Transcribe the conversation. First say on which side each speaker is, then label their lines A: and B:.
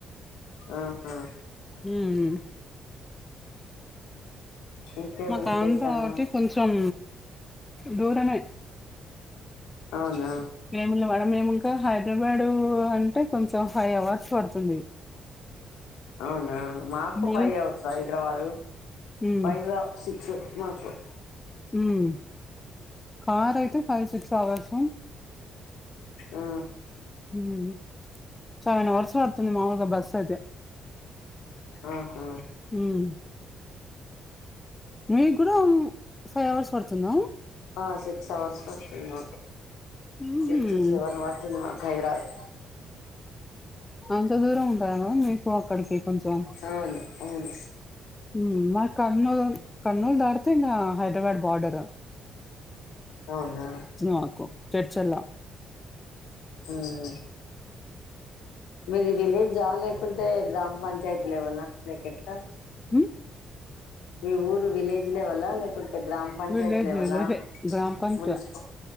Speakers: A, on the left; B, on the left.
A: ఆహా.
B: ఉమ్.
A: ఇంకేం
B: మాకా
A: విశేషాలు
B: ఆంధ్ర కాబట్టి కొంచెం. దూరమై.
A: అవునా.
B: వేములవాడ మేము ఇంకా హైదరాబాద్ అంటే కొంచెం ఫైవ్ హవర్స్ పడుతుంది.
A: అవునా మాకు
B: మల్
A: పై హవర్స్ హైదరాబాదు
B: ఉమ్,
A: పై. స్ మాకు.
B: హుమ్ కార్ అయితే ఫైవ్, సిక్స్ అవర్సు.
A: ఆ‌.
B: హ్మ్ చాలా హవర్స్ పడుతుంది మామూలుగా బస్సు అయితే.
A: ఆహా.
B: ఉమ్. మీకు కూడా ఫైవ్ అవర్స్ పడుతుంద.
A: ఆ సిక్స్ అవర్స్ పడుతుంది మాకు
B: ఉహుం.
A: సిక్స్, సెవెన్ పడుతుంది మాకు. హైదరాబాద్.
B: అంత దూరం ఉంటాద మీకు అక్కడికి కొంచెం.
A: అవును అవును
B: ఉమ్ మది కర్నూలు కర్నూలు దాడితే ఇంగా హైదరాబాద్ బోర్డర్.
A: అవునా.
B: మాకు చర్చల్లో
A: హ్మ్. మీది విలేజ్ లేకుంటే గ్రామ పంచాయతీలు లేవల మీక ఎట్లా.
B: హుమ్.
A: మీ ఊరు విలేజ్ లేవల లేకుంట‌. గ్రామ పంచయతీ
B: విలేజ్
A: లెవెల
B: విలేజ్ గ్రామ పంచాయత్
A: మున్సిపల్